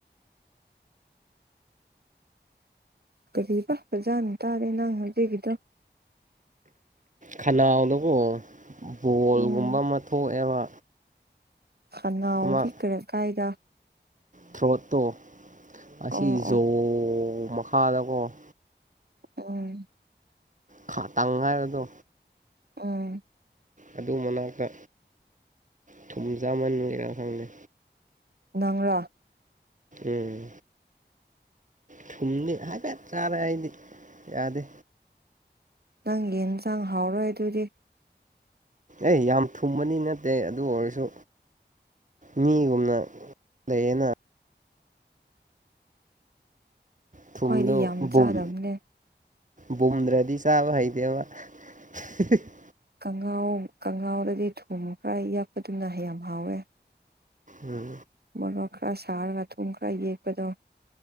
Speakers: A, on the right; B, on the right.
A: ꯀꯔꯤꯕ ꯕꯖꯥꯅ ꯇꯥꯗꯦ ꯅꯪ ꯍꯧꯖꯤꯛꯒꯤꯗꯣ
B: ꯈꯅꯥꯎꯗꯀꯣ ꯕꯣꯜꯒꯨꯝꯕ
A: ꯎꯝ
B: ꯑꯃ ꯊꯣꯛꯑꯦꯕ
A: ꯈꯅꯥꯎꯗꯤ
B: ꯑꯃ
A: ꯀꯔꯤ ꯀꯥꯏꯗ
B: ꯊ꯭ꯔꯣꯠꯇꯣ ꯑꯁꯤ
A: ꯑꯣ
B: ꯖꯣ
A: ꯑꯣ
B: ꯃꯈꯥꯗꯀꯣ
A: ꯎꯝ
B: ꯈꯥ ꯇꯪ ꯍꯥꯏꯕꯗꯣ
A: ꯎꯝ
B: ꯑꯗꯨ ꯃꯅꯥꯛꯇ ꯊꯨꯝꯖꯥꯃꯟ ꯂꯩꯔ ꯈꯪꯗꯦ
A: ꯅꯪꯔꯥ
B: ꯎꯝ ꯊꯨꯝꯗꯤ ꯍꯥꯏꯐꯦꯠ ꯆꯥꯔꯦ ꯑꯩꯗꯤ ꯌꯥꯗꯦ
A: ꯅꯪꯒꯤ ꯌꯦꯟꯖꯥꯡ ꯍꯥꯎꯔꯣꯏ ꯑꯗꯨꯗꯤ
B: ꯑꯦ ꯌꯥꯝ ꯊꯨꯝꯕꯅꯤ ꯅꯠꯇꯦ ꯑꯗꯨ ꯑꯣꯏꯔꯁꯨ ꯃꯤꯒꯨꯝꯅ ꯂꯩꯌꯦꯅ ꯊꯨꯝꯗꯣ
A: ꯈ꯭ꯋꯥꯏꯗꯤ ꯌꯥꯝ
B: ꯕꯨꯝ
A: ꯆꯥꯗꯕꯅꯦ
B: ꯕꯨꯝꯗ꯭ꯔꯗꯤ ꯆꯥꯕ ꯍꯩꯇꯦꯕ <unintelligible>
A: ꯀꯉꯥꯎ ꯀꯉꯥꯎꯗꯒꯤ ꯊꯨꯝ ꯈꯔ ꯌꯥꯛꯄꯗꯨꯅ ꯍ ꯌꯥꯝ ꯍꯥꯎꯋꯦ
B: ꯎꯝ
A: ꯃꯣꯔꯣꯛ ꯈꯔ ꯁꯥꯔꯒ ꯊꯨꯝ ꯈꯔ ꯌꯦꯛꯄꯗꯣ